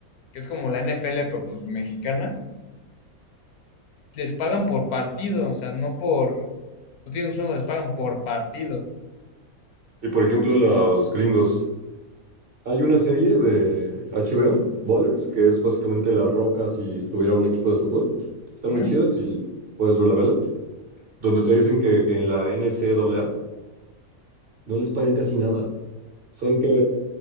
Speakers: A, on the left; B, on the right.
A: que es como la n f l pero pues mexicana, les pagan por partido, o sea, no por, no tienen un sueldo, les pagan por partido.
B: Y por ejemplo, los gringos. Hay una serie de HBO, Ballers, que es básicamente La Roca si tuviera un equipo de fútbol. Está
A: Ujú,
B: muy chida, si puedes ver la vela. donde te dicen que en la N C NCAA no les pagan casi nada. Son que